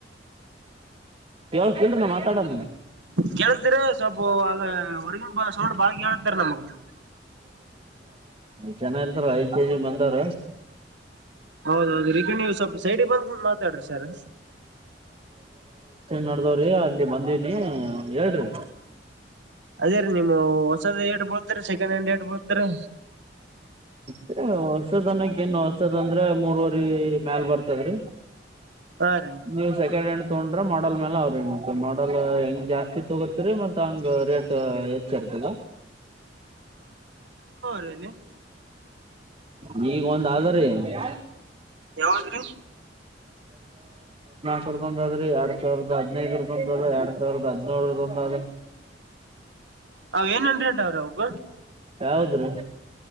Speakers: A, on the right (about 30°); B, on the right (about 70°).
A: ಹೇ ಕುಂದ್ರಿ ಮಾತಾಡೋಣ
B: ಕೇಳತರಿ ಸ್ವಲ್ಪ ಆದು ಹೊರ್ಗನ್ ಬ ಸೋ ಬಾಗಿ ಹೇಳ್ತರಿ ನಮಗ
A: ಚೆನ್ನಾಗಿರ್ತಾರ ಐದ್ ಕೆಜಿ ಬಂಗಾರ
B: ಹೌದೌದು ರಿಟರ್ನ್ ಸ್ವಲ್ಪ ಸೈಡ್ಗೆ ಬಂದು ಮಾತಾಡ್ರಿ ಸರ್
A: ನಡದಾವ್ರಿ ಅಲ್ಲಿ ಬಂದಿನಿ ಹೇಳ್ರಿ
B: ಅದೇ ರೀ ನೀಮ್ ಹೊಸದ ಹೇಡ್ಬೋದ್ರರಿ ಸೆಕೆಂಡ್ ಹ್ಯಾಂಡ್ ಹೇಡ್ಬೋದ್ರೀ
A: ಹೇ ಹೊಷದನಕ್ಕಏನು ಹೊಷದ ಅಂದ್ರೆ ಮೂರ್ವರಿ ಮೇಲ್ ಬರ್ತದ್ರೀ
B: ಹಾ ರೀ
A: ನೀವು ಸೆಕೆಂಡ್ ಹ್ಯಾಂಡ್ ಗೊಂಡ್ರೆ ಮಾಡಲ್ ಮೇಲೆ ಅವ್ರ ನತ್ತ ಮಾಡಲ್ ಹೆಂಗ್ ಜಾಸ್ತಿ ತಗೋತ್ರಿ ಮತ್ತ್ ಹಂಗ್ ರೇಟ್ ಹೆಚ್ಚು ಇರ್ತದಿ
B: ರೇಲು <inaudible>
A: ಹು ಈಗ ಒಂದ್ ಆದರಿ ಬೇರೆ
B: ಯಾವ್ದ್ರಿ
A: ನಾಲ್ಕುಸಾವಿರದೊಂದು ಆದ್ರಿ, ಎರಡ್ ಸಾವಿರದ ಹದಿನೖದುರದೊಂದ ಅದ್ರ, ಎರಡ್ ಸಾವಿರ್ದ ಹದ್ನೋಳರದೊಂದ ಆದ್ರ
B: ಅವ ಏನೇನ್ ರೇಟ್ ಅವ್ರರಗು
A: ಯಾವುದರೀ